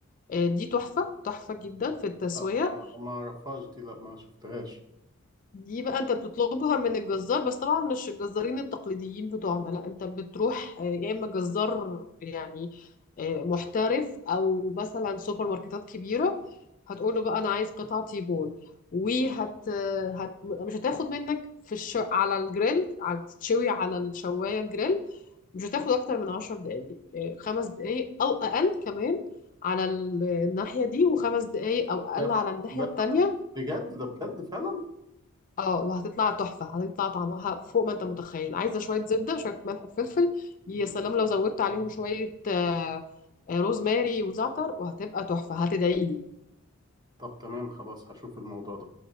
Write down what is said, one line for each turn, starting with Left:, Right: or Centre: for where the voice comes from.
Left: آه، دي تحفه تحفه جدا في التسويه
Right: لا ما ما اعرفهاش دي لا ما شفتهاش
Left: دي بقى انت بتطلبها من الجزار بس طبعا مش الجزارين التقليديين بتوعنا لا انت بتروح آه، يا اما جزار يعني آه، محترف او مثلا سوبر ماركتات كبيره هتقول له بقى انا عايز قطعه تيبول وهت آه، هت... مش هتاخد منك في الش... على الجريل على تتشوي على الشوايه الجريل مش هتاخد اكتر من عشر دقايق آه، خمس دقايق او اقل كمان على ال- الناحيه دي وخمس دقايق او اقل
Right: ده ب-
Left: على الناحيه
Right: لا
Left: التانيه
Right: بجد ده بجد فعلا
Left: اه وهتطلع تحفة هتطلع طعمها فوق ما انت متخيل عايزة شوية زبدة شوية ملح وفلفل يا سلام لو زودت عليهم شوية آه، آه، روزماري وزعتر وهتبقى تحفة هتدعيلي
Right: طب تمام خلاص هشوف الموضوع ده